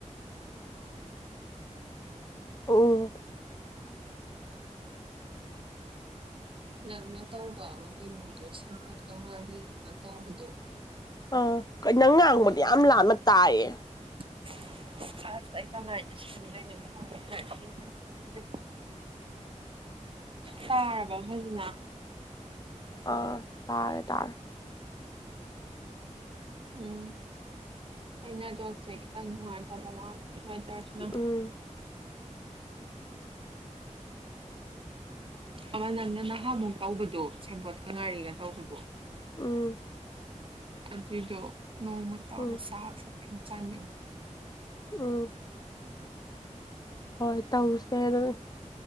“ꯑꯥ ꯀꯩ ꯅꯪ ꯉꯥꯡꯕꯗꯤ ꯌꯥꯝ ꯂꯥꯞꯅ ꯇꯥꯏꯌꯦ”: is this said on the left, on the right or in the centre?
Left